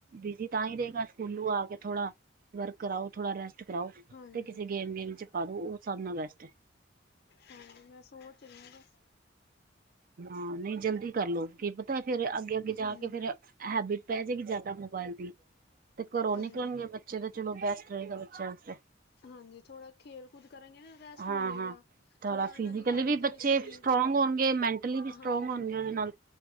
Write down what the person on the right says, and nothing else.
ਬਿਜੀ ਤਾਂ ਹੀ ਰਹੇਗਾ ਸਕੂਲੋਂ ਆ ਕੇ ਥੋੜਾ ਵਰਕ ਕਰਾਓ ਥੋੜਾ ਰੈਸਟ ਤੇ ਕਰਾਓ <unintelligible>
ਤੇ ਕਿਸੇ ਗੇਮ ਵੇਮ ਚ ਪਾ ਦੋ ਉਹ ਸਭ ਨਾਲ ਬੈਸਟ ਹੈ।
ਹਾਂ ਨਹੀਂ ਜਲਦੀ ਕਰਲਓ <unintelligible> ਕੀ ਪਤਾ ਫਿਰ ਅੱਗੇ ਅੱਗੇ ਜਾ
ਕੇ ਫਿਰ ਹੈਬਿਟ ਪੈ ਜਾਏਗੀ ਜਿਆਦਾ ਮੋਬਾਇਲ ਦੀ <inaudible> ਤੇ ਘਰੋਂ
ਨਿਕਲਣਗੇ ਬ ਚਲੋ ਚਲੋ ਬੈਸਟ ਰਹੇਗਾ ਬੱਚਿਆਂ ਵਾਸਤੇ
ਹਾਂ-ਹਾਂ
ਥੋੜਾ
ਫਿਜ਼ੀਕਲੀ
ਵੀ ਬੱਚੇ
ਸਟਰੋਂਗ ਹੋਣਗੇ ਮੈਂਟਲੀ ਵੀ ਸਟਰੋਂਗ
ਹੋਣਗੇ ਉਹਦੇ ਨਾਲ।